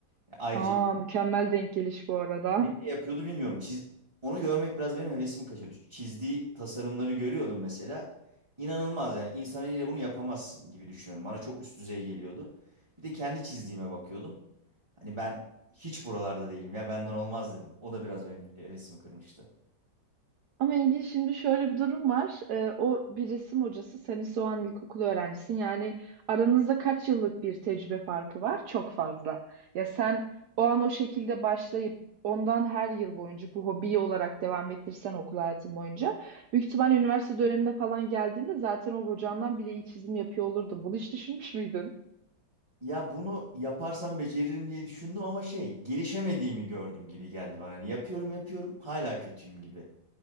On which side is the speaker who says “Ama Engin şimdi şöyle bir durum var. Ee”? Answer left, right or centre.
Right